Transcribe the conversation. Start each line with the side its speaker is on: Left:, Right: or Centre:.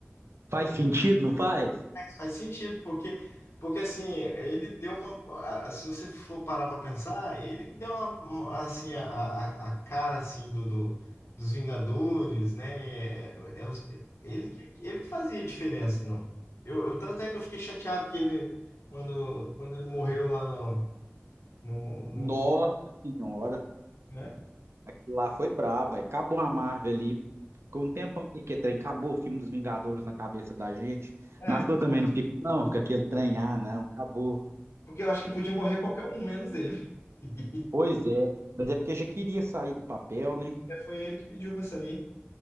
Right: Faz sentido, não faz?
Left: faz sentido, porque, porque assim, ele deu uma. a- Se você for parar para pensar, ele que deu uma, uma- assim, a, a, a cara assim, do, do- dos Vingadores, né? É, é os- ele que, ele que fazia a diferença. Não. Eu, eu- tanto é que eu fiquei chateado que ele, quando, quando ele morreu lá no, no, no-
Right: Nossa senhora,
Left: né?
Right: aquilo lá foi braba. Acabou a Marvel ali. Ficou um tempão que aquele trem acabou o filme dos Vingadores na cabeça da gente.
Left: É,
Right: Na sua também não fica, não, com aquele trem, ah, não, acabou.
Left: porque eu acho que podia morrer qualquer um, menos ele. <laughs>
Right: Pois é, mas é porque já queria sair do papel, né?
Left: Foi ele que pediu para sair.